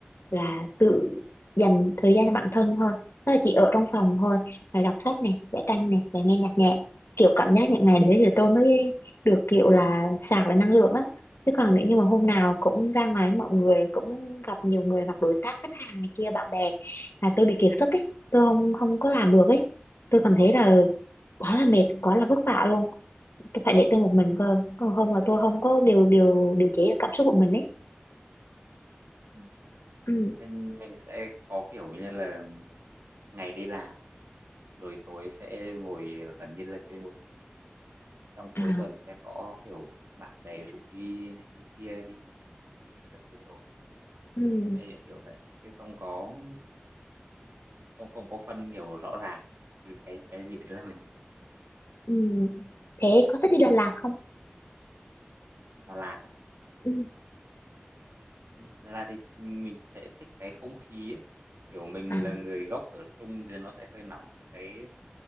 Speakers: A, on the left; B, on the right.
A: là tự dành thời gian cho bản thân thôi tức là chỉ ở trong phòng thôi là đọc sách này vẽ tranh này và nghe nhạc nhẹ kiểu cảm giác những ngày đấy thì tôi mới được kiểu là sạc lại năng lượng á chứ còn nếu như mà hôm nào cũng ra ngoài với mọi người cũng gặp nhiều người gặp đối tác khách hàng này kia bạn bè là tôi bị kiệt sức ấy tôi không không có làm được ấy tôi cảm thấy là quá là mệt quá là vất vả luôn tôi phải để tôi một mình cơ còn không là tôi không có điều điều điều chế được cảm xúc của mình ấy
B: Ừ.
A: ừ.
B: mình mình sẽ có kiểu như là ngày đi làm rồi tối sẽ ngồi gần như là chơi một mình trong
A: à
B: cuối tuần sẽ có kiểu bạn bè rủ đi này đi kia đi du lịch các thứ rồi
A: ừ.
B: sẽ kiểu vậy chứ không có không không có phân kiểu rõ ràng từ cái cái gì đấy là mình
A: Ừ. Thế có thích đi Đà Lạt không?
B: Đà Lạt á
A: Ừ.
B: Ừ, Đà Lạt thì mình sẽ thích cái không khí á. kiểu mình
A: À,
B: là người gốc ở Trung thì nó sẽ hơi nóng và cái